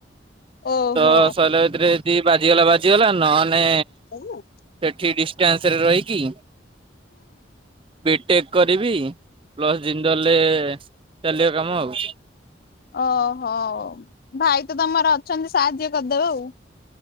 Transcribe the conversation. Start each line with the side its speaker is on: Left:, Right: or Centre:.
Left: ଓହୋ
Right: ତ ସରିଲା ଭିତରେ ଯଦି ବାଜିଗଲା ବାଜିଗଲା ନହେଲେ
Left: କହିନ
Right: ସେଠି ଡିଷ୍ଟାନ୍ସ ରେ ରହିକି ବିଟେକ୍ କରିବି ପ୍ଲସ ଜିନ୍ଦଲ୍ ରେ ଚାଲିବ କାମ ଆଉ।
Left: ଓହୋ ଭାଇ ତ ତମର ଅଛନ୍ତି ସାହାଯ୍ୟ କରିଦେବ ଆଉ।